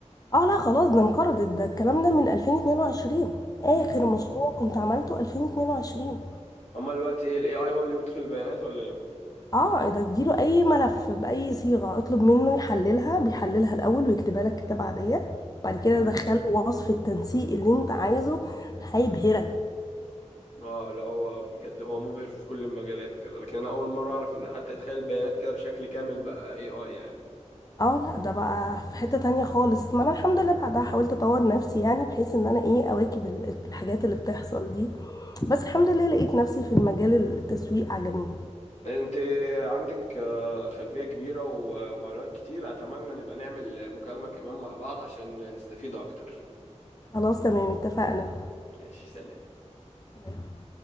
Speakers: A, on the left; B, on the left.
A: اه لا خلاص ده انقرضت ده الكلام ده من 2022 آخر
B: امم
A: مشروع كنت عملته 2022
B: اما الوقت ايه الاي اي هو اللي بيدخل البيانات ولا ايه
A: اه إيه ده اديله اي ملف باي صيغه اطلب منه يحللها بيحللها الاول ويكتبها لك كتابه عاديه بعد كده
B: امم
A: دخله وصف التنسيق اللي انت عايزه هيبهرك
B: امم اه لا هو بجد هو مبهر في كل المجالات كده لكن انا اول مرة اعرف ان حتى ادخال البيانات كده بشكل كامل بقى اي اي يعني
A: اه لا ده بقى في حته تانية خالص ما انا الحمد لله بعدها حاولت اطور نفسي يعني بحيث ان انا ايه اواكب ال- الحاجات اللي بتحصل دي بس الحمد لله لقيت نفسي في المجال التسويق عجبني
B: انت عندك آه، خلفية كبيرة و- ومعلومات كتير اتمنى نبقى نعمل مكالمة كمان مع بعض عشان نستفيد اكتر
A: خلاص تمام اتفقنا
B: ماشي سلام
A: سلام.